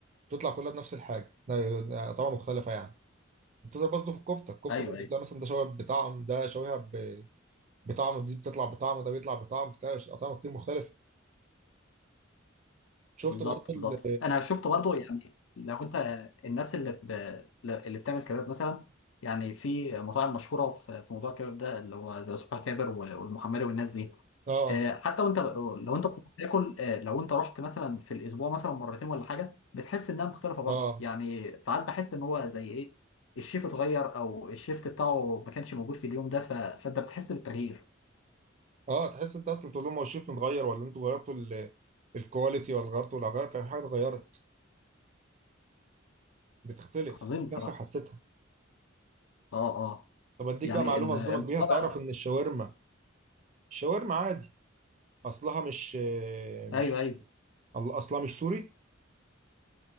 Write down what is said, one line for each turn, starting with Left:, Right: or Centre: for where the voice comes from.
Right: تطلع كلها بنفس الحاجة طبعا مختلفة يعني بتظهر برضه في الكفتة الكفتة
Left: ايوه
Right: برضه
Left: أيوة.
Right: تلاقي مثلا ده شوية بطعم ده شوية ب- بطعم دي بتطلع بطعم ده بيطلع بطعم بتلاقي أطعمة كتير مختلفة شفت
Left: بالظبط
Right: برضه ال
Left: بالظبط انا شفت برضو يعني لو انت الناس اللي ب... اللي بتعمل كباب مثلا يعني في مطاعم مشهوره في في موضوع الكباب ده اللي هو زي سوبر كابر وال- والمحمري والناس دي
Right: اه
Left: آه، حتى وانت لو انت بتاكل آه، لو انت رحت مثلا في الاسبوع مثلا مرتين ولا حاجه بتحس انها مختلفه برضو
Right: اه
Left: يعني ساعات بحس ان هو زي ايه الشيف اتغير او الشيفت بتاعه ما كانش موجود في اليوم ده ف... فانت بتحس بالتغيير
Right: اه تحس انت اصلا تقول لهم هو الشيف متغير ولا انتوا غيرتوا ال- الكواليتي ولا غيرتوا ولا غيرت في حاجة اتغيرت بتختلف
Left: عظيم
Right: انت
Left: بصراحه
Right: نفسك حسيتها
Left: اه اه
Right: طب اديك
Left: يعني
Right: بقى معلومة
Left: ال-
Right: اصدمك
Left: الموضوع
Right: بيها تعرف
Left: ده
Right: ان الشاورما الشاورما عادي اصلها مش
Left: ايوه
Right: مش
Left: ايوه
Right: اصلها مش سوري